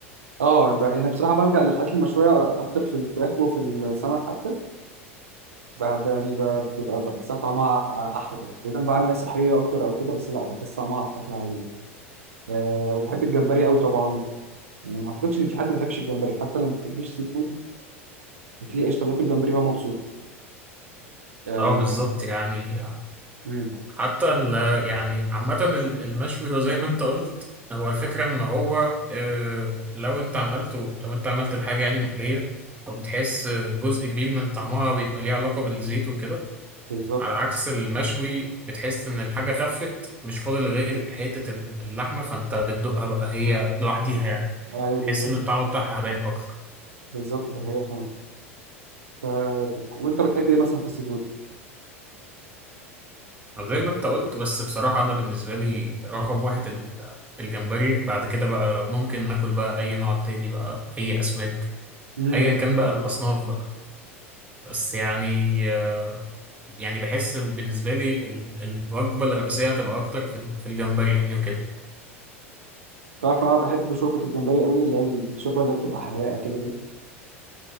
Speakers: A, on the right; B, on the right.
A: اه انا بقى- أنا بصراحه بلجأ للحاجات المشويه اكتر في الفراخ وفي السمك حتى بحب يعني ب- بتبقى بحسها طعمها أحلى إذا بعمل صحية أكتر أو كده بس لا بحس طعمها أحلى في العادية أه وبحب الجمبري أوي طبعا يعني ما أعتقدش إن في حد ما بيحبش الجمبري حتى لو ما بيحبش سي فود بتلاقيه قشطة بياكل جمبري هو مبسوط أه
B: اه بالظبط يعني
A: مم،
B: حتى ال يعني عامة ال- المشوي هو زي ما انت قلت هو الفكرة ان هو آه، لو انت عملته لو انت عملت الحاجة يعني مقلية فبتحس جزء كبير من طعمها بيبقى ليه علاقة بالزيت وكده
A: بالظبط
B: على عكس المشوي بتحس ان الحاجة خفت مش فاضل غير حتة اللحمة فانت بتدوقها بقى هي لوحديها يعني
A: أيوه
B: تحس
A: بالظبط
B: ان الطعم بتاعها باين اكتر
A: بالظبط ده حقيقة فعلا آه، طب وأنت بتحب إيه مثلا في السي فود؟
B: زي ما انت قلت بس بصراحة انا بالنسبة لي رقم واحد ال- الجمبري بعد كده بقى ممكن ناكل بقى اي نوع تاني بقى اي اسماك
A: مم.
B: ايا كان بقى الاصناف بقى بس يعني آه، يعني بحس بالنسبة لي ال- الوجبة الرئيسية هتبقى اكتر في ال- في الجمبري يعني وكده
A: تعرف أنا بحب شوربة الجمبري أوي اللي هي الشوربة اللي هي بتبقى حراقة كده دي